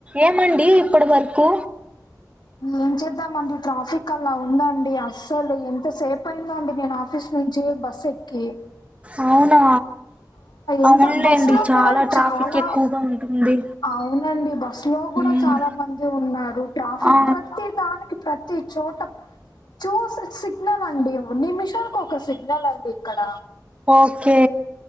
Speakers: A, on the right; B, on the left.
A: ఏమండి ఇప్పడ్ వరకు
B: ఏం చేద్దామండి ట్రాఫిక్ అలా ఉందండి అస్సలు ఎంత సేపయిందో అండి నేన్ ఆఫీస్ ఉంచి బస్సేక్కి
A: అవునా
B: ఎంత
A: అవునులేండి
B: బస్ లో
A: చాలా
B: కూడా
A: ట్రాఫిక్
B: చాలా
A: ఎక్కువగా ఉంటుంది
B: అవునండి బస్సు లో గూడా
A: మ్మ్
B: చాలా మంది ఉన్నారు ట్రాఫిక్
A: ఆ
B: ప్రత్తి దాని క్ ప్రత్తి చోట చూస్ సిగ్నల్ అండి నిమిషానిక్ ఒక సిగ్నల్ అండి ఇక్కడ
A: ఓకే